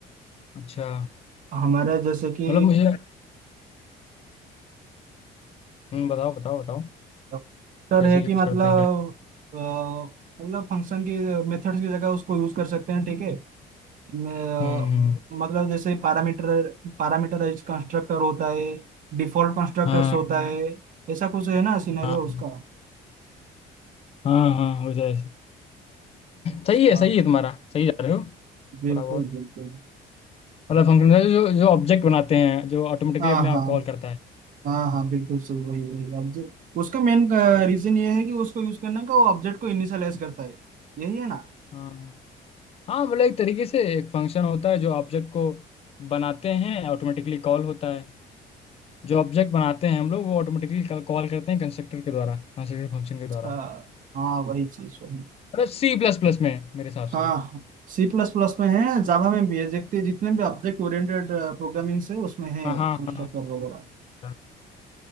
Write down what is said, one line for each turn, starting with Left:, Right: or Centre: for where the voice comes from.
Left: अच्छा
Right: हमारे जैसे कि
Left: मतलब मुझे हम्म बताओ बताओ बताओ
Right: कंस्ट्रक्टर
Left: कैसे
Right: है कि
Left: यूज
Right: मतलब
Left: करते हैं con-
Right: अ, मतलब फंक्शन की मेथड्स की जगह उसको यूज कर सकते हैं ठीक है मैं,
Left: हम्म हम्म,
Right: अ, मतलब जैसे पैरामीटर पैरामीटराइज कंस्ट्रक्टर होता है डिफॉल्ट कंस्ट्रक्टर्स
Left: हाँ
Right: होता है ऐसा कुछ है ना सिनेरियो
Left: हाँ
Right: उसका
Left: हाँ हाँ हो जाए
Right: अच्छा
Left: सही है सही है तुम्हारा सही जा रहे हो
Right: बिल्कुल
Left: थोड़ा बहुत
Right: बिल्कुल
Left: मतलब फंक्शन जो जो ऑब्जेक्ट बनाते हैं जो ऑटोमेटिकली
Right: हाँ
Left: अपने आप
Right: हाँ
Left: कॉल करता है
Right: हाँ हाँ बिल्कुल सही वही वही ऑब्जेक्ट उसका मेन
Left: Like,
Right: रीजन ये है कि उसको यूज करने का वो ऑब्जेक्ट को इनिशियलाइज करता है यही है ना
Left: हाँ हाँ मतलब एक तरीके से एक फंक्शन होता है जो ऑब्जेक्ट को बनाते हैं ऑटोमेटिकली कॉल होता है जो ऑब्जेक्ट बनाते हैं हम लोग वो ऑटोमेटिकली कॉल करते हैं कंस्ट्रक्टर के द्वारा कंस्ट्रक्टर फंक्शन
Right: अच्छा,
Left: के द्वारा
Right: हाँ वही चीज वही
Left: मतलब सी प्लस प्लस में मेरे हिसाब से
Right: हाँ हाँ सी प्लस प्लस में है जावा में भी है देखते जितने भी ऑब्जेक्ट ओरिएंटेड प्रोग्रामिंग से उसमें है
Left: हाँ हाँ
Right: कंस्ट्रक्टर
Left: हाँ हाँ,
Right: वगैरह।
Left: हाँ।